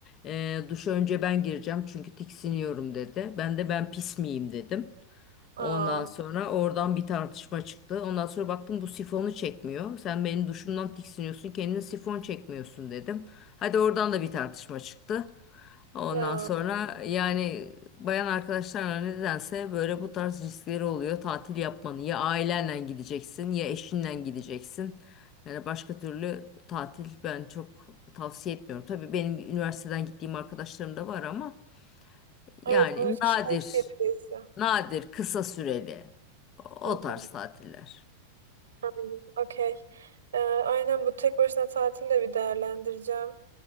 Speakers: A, on the left; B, on the right.
A: Ee, duşa önce ben gireceğim çünkü tiksiniyorum dedi. Ben de ben pis miyim dedim.
B: Aa,
A: Ondan sonra oradan bir tartışma çıktı. Ondan sonra baktım bu sifonu çekmiyor. Sen benim duşumdan tiksiniyorsun, kendine sifon çekmiyorsun dedim. Hadi oradan da bir tartışma çıktı. Ondan
B: ya.
A: sonra yani bayan arkadaşlarla nedense böyle bu tarz riskleri oluyor. Tatil yapmanın ya ailenle gideceksin ya eşinle gideceksin. Yani başka türlü tatil ben çok tavsiye etmiyorum. Tabii benim üniversiteden gittiğim arkadaşlarım da var ama yani
B: Evet bu üç kişiden
A: nadir.
B: kişiye de değişiyor.
A: Nadir, kısa süreli. O
B: Hı
A: tarz
B: hı.
A: tatiller.
B: Aynen. Okey. Ee, aynen bu tek başına tatili de bir değerlendireceğim.